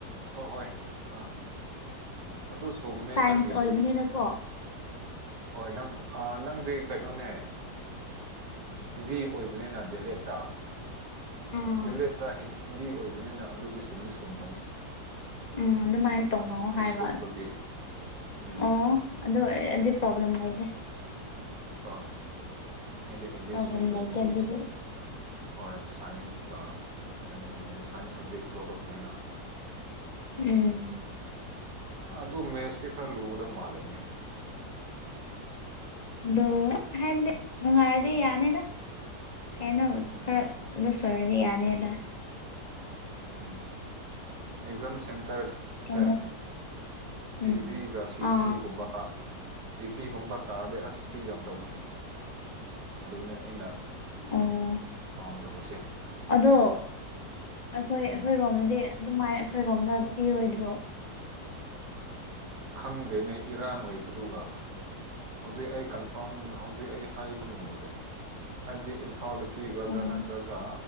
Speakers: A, on the right (about 75°); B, on the left (about 30°).
A: ꯍꯣꯏ ꯍꯣꯏ ꯑ ꯑꯗꯨ ꯆꯨꯝꯃꯦ
B: ꯁꯥꯏꯟꯁ
A: ꯅꯪꯒꯤꯗꯤ
B: ꯑꯣꯏꯕꯅꯤꯅꯀꯣ
A: ꯍꯣꯏ ꯅꯪ ꯅꯪꯗꯤ ꯀꯩꯅꯣꯅꯦ ꯍꯤꯟꯗꯤ ꯑꯣꯏꯕꯅꯤꯅ ꯗꯦꯂꯦꯠꯇ
B: ꯎꯝ
A: ꯗꯤꯂꯦꯠꯇ ꯍꯤꯟꯗꯤ ꯑꯣꯏꯕꯅꯤꯅ ꯑꯗꯨꯗꯤ ꯁꯨꯝꯗꯤ ꯁꯨꯝꯒꯅꯤ
B: ꯎꯝ ꯑꯗꯨꯃꯥꯏꯅ ꯇꯧꯅꯑꯣ ꯍꯥꯏꯕꯂ
A: ꯑꯣꯏꯕꯒꯤ ꯎꯝ
B: ꯑꯣ ꯑꯗꯨ ꯑꯗꯨꯗꯤ ꯄ꯭ꯔꯣꯕ꯭ꯂꯦꯝ ꯂꯩꯇꯦ
A: ꯍꯣꯏꯣꯏ ꯑꯩꯗꯤ ꯏꯪꯂꯤꯁ
B: ꯄ꯭ꯔꯣꯕ꯭ꯂꯦꯝ
A: ꯑꯣꯏꯕꯒꯤ
B: ꯂꯩꯇꯦ ꯑꯗꯨꯗꯤ
A: ꯍꯣꯏ ꯁꯥꯏꯟꯁꯀ ꯀꯩꯅꯣ ꯑꯣꯏꯒꯅꯤ ꯁꯥꯏꯟꯁ ꯁꯕꯖꯦꯛ ꯂꯧꯔꯛꯄꯅꯤꯅ
B: ꯎꯝ
A: ꯑꯗꯨ ꯃꯦꯁꯁꯤ ꯈꯔ ꯂꯨꯒꯗꯕ ꯃꯥꯜꯂꯦꯅꯦ
B: ꯑꯗꯨ ꯍꯥꯏꯕꯗꯤ ꯅꯨꯡꯉꯥꯏꯔꯗꯤ ꯌꯥꯅꯤꯗ ꯀꯩꯅꯣ
A: ꯎꯝ
B: ꯈꯔ ꯂꯨꯆꯔꯗꯤ ꯌꯥꯅꯤꯗ
A: ꯎꯝ ꯑꯦꯛꯖꯥꯝ ꯁꯦꯟꯇꯔꯁꯦ
B: ꯀꯩꯅꯣ ꯎꯝ
A: ꯇꯤꯖꯤꯒ ꯁꯤꯁꯤꯒꯨꯝꯕ
B: ꯑꯥ
A: ꯖꯤꯄꯤꯒꯨꯝꯕ ꯇꯥꯔꯗꯤ ꯑꯁ ꯁꯇ꯭ꯔꯤꯛ ꯌꯥꯝ ꯇꯧꯕꯅꯤ ꯑꯗꯨꯅꯦ ꯑꯩꯅ
B: ꯑꯣ
A: ꯄꯥꯝꯗꯕꯁꯦ
B: ꯑꯗꯣ ꯑꯩꯈꯣꯏ
A: ꯎꯝ
B: ꯑꯩꯈꯣꯏꯔꯣꯝꯗꯗꯤ ꯑꯗꯨꯃꯥꯏ ꯑꯩꯈꯣꯏꯔꯣꯝꯗ ꯄꯤꯔꯣꯏꯗ꯭ꯔꯣ
A: ꯈꯪꯗꯦꯅꯦ ꯏꯔꯥꯡ ꯂꯩꯕꯗꯨꯒ ꯍꯧꯖꯤꯛ ꯑꯩ ꯀꯟꯐ ꯄꯝ ꯍꯧꯖꯤꯛ ꯑꯩ ꯍꯥꯏꯕ ꯉꯝꯗꯦ ꯍꯥꯏꯕꯗꯤ ꯏꯝꯐꯥꯜꯗ ꯄꯤꯒꯗ꯭ꯔꯥ
B: ꯑꯣ
A: ꯅꯠꯇ꯭ꯔꯒ